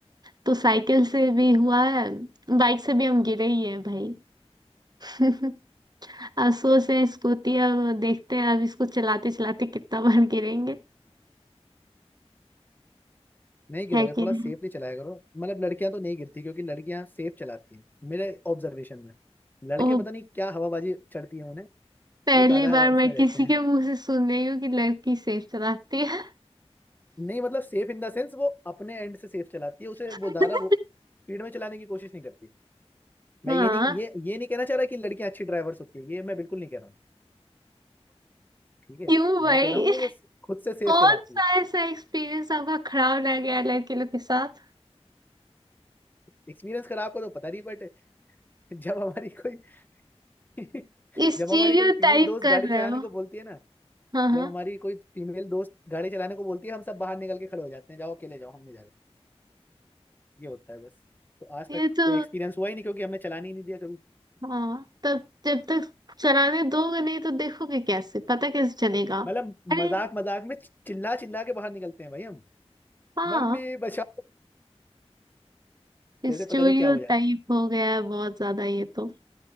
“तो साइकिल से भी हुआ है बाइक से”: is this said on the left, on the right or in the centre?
Right